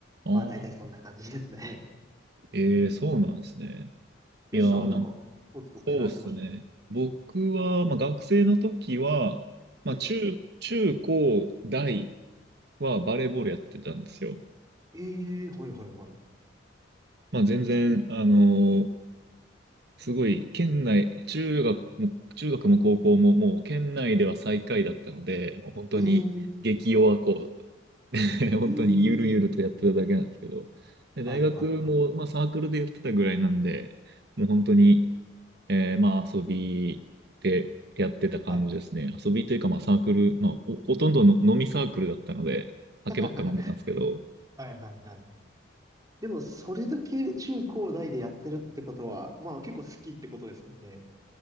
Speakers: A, on the right; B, on the right.
A: ああ、
B: まあ大体そんな感じですね。
A: ええ、そうなんですね。
B: よしさんはなんか、
A: いやー、なんか
B: スポーツとかやられてまし
A: そうですね。僕は、まあ、学生の時は、まあ、
B: たはい。
A: 中、中高大はバレーボールやってたんですよ。
B: ええはいはいはい。
A: まあ、全然、
B: 中
A: あのーすごい、県内、中学も、中学も高校ももう県内では最下位だったので、もう本当に激弱こ
B: ええ
A: う、<laughs> 本当にゆるゆるとやってただけなんですけど、
B: ええ
A: で、
B: はいはいはい。
A: 大学も、まあ、サークルでやってたぐらいなんで、もう本当に、えーまあ遊びでやってた感じですね。
B: はい。
A: 遊びというかまあサークル、まあほ、ほとんどの飲みサークルだったので、酒ばっか飲んでたんですけど、
B: <laughs> はいはいはい。でも、それだけ中高大でやってるってことは、まあ結構好きってことですもんね。